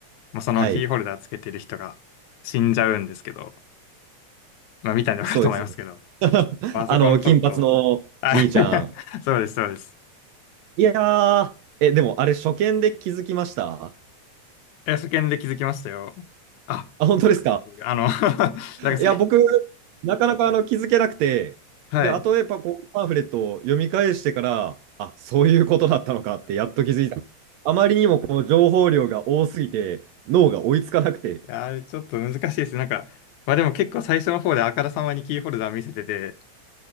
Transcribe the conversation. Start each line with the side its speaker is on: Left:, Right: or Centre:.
Left: まあ、そのキーホルダーつけてる人が死んじゃうんですけど、
Right: はい。
Left: まあ、見たんでわかると思いますけど、
Right: そうです。<laughs>
Left: まああそこのちょっと、
Right: あの、金髪の兄ちゃん。
Left: あ <laughs> そうです、そうです。
Right: いやー、え、でもあれ、初見で気づきました
Left: え、そ見で気づきましたよ。あ、
Right: あ、本当ですか
Left: あの <laughs> なんかさい、
Right: いや、僕、なかなかあの気づけなくて、
Left: はい。
Right: で、後とやっぱこうパンフレットを読み返してから、
Left: <laughs> い
Right: あ、そういうことだったのかってやっと気づいた。あまりにもこの情報量が多すぎて、脳が追いつかなくて、
Left: や、あれちょっと難しいです。なんか、まあでも結構最初の方であからさまにキーホルダー見せてて、